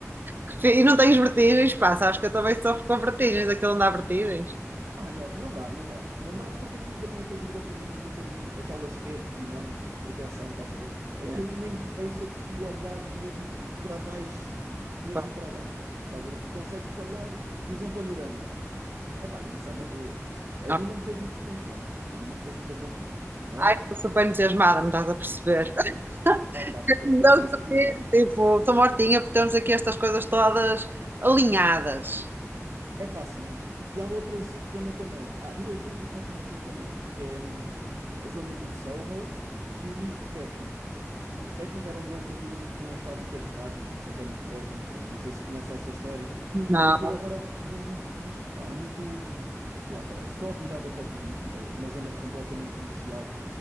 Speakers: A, on the right; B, on the right.
A: Que fi- E não tens vertigens? Passa. Acho que eu também sofro com vertigens, aquilo não dá vertigens.
B: Ah, não, não dá, não dá. Não dá porque aquilo também, aqueles gradeamentos, aquilo tem muito- aquelas redes enormes de proteção, estás a ver? Aquilo
A: É,
B: nem te deixa tu olhares mesmo para baixo, mesmo
A: pá.
B: para baixo. Estás a ver? Tu consegues olhar visão panorâmica. Epá, e isso é na boa. A
A: Não.
B: mim não me fez muita confusão. A mim não me fez muita confusão. Mas,
A: Ai, estou super entusiasmada, não estás a perceber. <laughs>
B: opá, esquece,
A: Não
B: tu vais
A: sei,
B: adorar.
A: tipo, estou mortinha por termos aqui estas coisas todas alinhadas.
B: É pá, sim. E há outra zona também. Há duas zonas que nós temos que ir também, que é hum, a zona do Soho e o Meatpacking. O Meatpacking era onde eles antigamente tinham as fábricas de carne, e por isso é que é Meatpacking. Pronto, não sei se conhece essa história,
A: Não.
B: mas aquilo agora é uma zona muito fixe, pá, é muito... hum, Lá está, é só virada para o turismo, é uma zona completamente comercial,